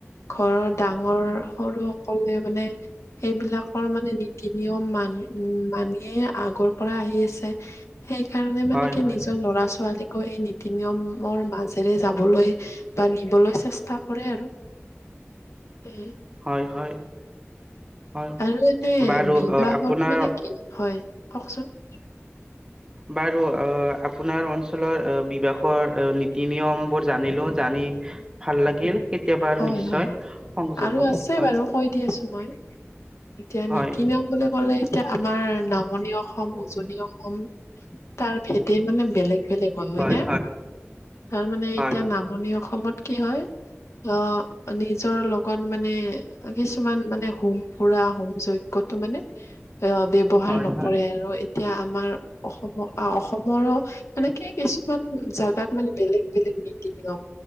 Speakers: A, on the left; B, on the right.
A: ঘৰৰ ডাঙৰ সৰু সকলে মানে সেইবিলাকৰ মানে নীতি নিয়ম মান উ মানিয়ে আগৰ পৰা আহি আছে সেইকাৰণে মানে
B: হয়
A: কি
B: হয়
A: নিজৰ ল'ৰা ছোৱালী ছোৱালীকো এই নীতি নিয়মৰ মাজে যাবলৈ বা নিবলৈ চেষ্টা কৰে আৰু সেয়ে
B: হয় হয় হয়
A: আৰু এনে
B: বাৰু
A: বিবাহৰ
B: আহ, আপোনাৰ
A: মানে কি হয় কওকচোন
B: বাৰু অ আপোনাৰ অঞ্চলৰ বিবাহৰ নীতি নিয়ম বোৰ জানিলো জান ভাল লাগিল কেতিয়াবা আৰু
A: হয়
B: নিশ্চয়
A: হয়
B: সংযোগ
A: আৰু
B: হম
A: আছে
B: হয়
A: বাৰু কৈ দি আছো মই এতিয়া
B: হয়
A: নীতি নিয়ম বুলি ক'লে এতিয়া আমাৰ নামনি অসম উজনি অসম তাৰ ভেদে মানে বেলেগ বেলেগ হয় হয় নে
B: হয়
A: তাৰ মানে
B: হয়
A: এতিয়া নামনি অসমত কি হয় অ নিজৰ লগত মানে কিছুমান মানে হোম ফুৰা হোম যজ্ঞতটো মানে এ ব্যৱহাৰ
B: হয়
A: নকৰে আৰু এতিয়া আমাৰ অসমৰ অসমৰো মানকে কিছুমান জাগাত মানে বেলেগ বেলেগ নীতি নিয়ম